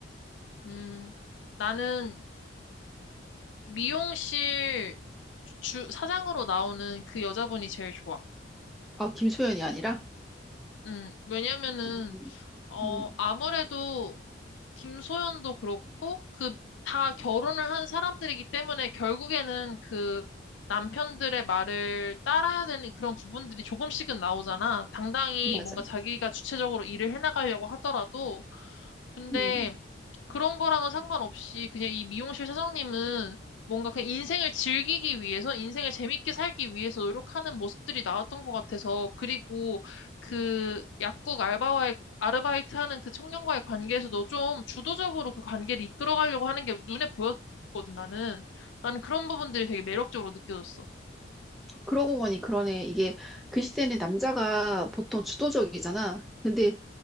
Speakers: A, on the left; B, in the centre.
A: 음, 나는 미용실 주, 사장으로 나오는 그 여자분이 제일 좋아.
B: 아, 김소연이 아니라?
A: 음, 왜냐면은,
B: 음,
A: 어,
B: 음,
A: 아무래도 김소연도 그렇고 그 다 결혼을 한 사람들이기 때문에 결국에는 그 남편들의 말을 따라야 되는 그런 부분들이 조금씩은 나오잖아. 당당히
B: 맞아.
A: 뭔가 자기가 주체적으로 일을 해나가려고 하더라도. 근데
B: 음.
A: 그런 거랑은 상관없이 그냥 이 미용실 사장님은 뭔가 그냥 인생을 즐기기 위해서, 인생을 재밌게 살기 위해서 노력하는 모습들이 나왔던 것 같아서, 그리고 그 약국 알바와의, 아르바이트 하는 그 청년과의 관계에서도 좀 주도적으로 그 관계를 이끌어가려고 하는 게 눈에 보였거든, 나는. 나는 그런 부분들이 되게 매력적으로 느껴졌어.
B: 그러고 보니 그러네. 이게 그 시대는 남자가 보통 주도적이잖아. 근데